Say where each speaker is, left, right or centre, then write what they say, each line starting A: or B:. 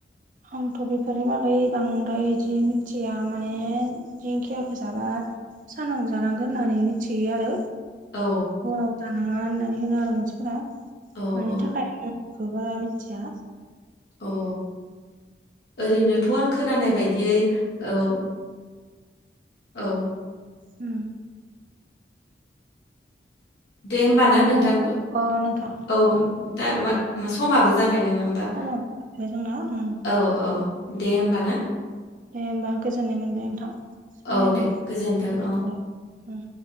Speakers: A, on the right; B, on the left.
A: आंथ' बेफोरनि बागै बांद्राय इदि मिथिया माने दिंखिआखौ जाबा सानावनो जानांगोन होननानै मिथियो आरो
B: औ
A: हराव जानाङा होननानै होनो आरो मानसिफोरा
B: औ
A: मानि
B: औ
A: थाखाय खौ बारा आ मिथिया
B: अ ओरैनोथ' आं खोनानाय बायदियै औ औ
A: उम
B: दे होमबा ना
A: मानो
B: नोंथां
A: जाया अ नोंथां
B: औ दा मा समाबो जाबाय नोङा बा
A: समाबो जाबाय जोंना उम
B: औ औ दे होमबा ना?
A: दे होमबा गोजोननाय मोनबाय नोंथां सावरायनानै
B: औ दे गोजोन्थों औ
A: दे उम।